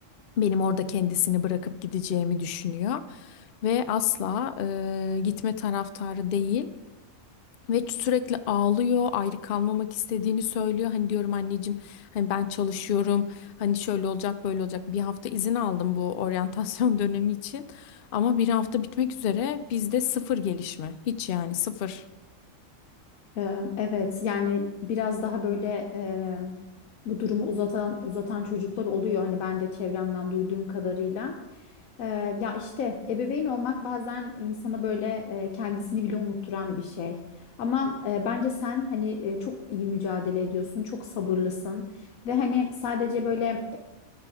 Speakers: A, on the left; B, on the left.
A: benim orada kendisini bırakıp gideceğimi düşünüyor ve asla eee, gitme taraftarı değil. Ve sürekli ağlıyor, ayrı kalmamak istediğini söylüyor. Hani diyorum anneciğim, hani ben çalışıyorum, hani şöyle olacak, böyle olacak. Bir hafta izin aldım bu oryantasyon <laughs> dönemi için. Ama bir hafta bitmek üzere bizde sıfır gelişme. Hiç yani sıfır.
B: Ee, Evet yani biraz daha böyle e, bu durumu uzatan uzatan çocuklar oluyor hani ben de çevremden duyduğum kadarıyla. Ee, ya işte ebeveyn olmak bazen insana böyle e, kendisini bile unutturan bir şey. Ama e, bence sen hani e, çok iyi mücadele ediyorsun, çok sabırlısın ve hani sadece böyle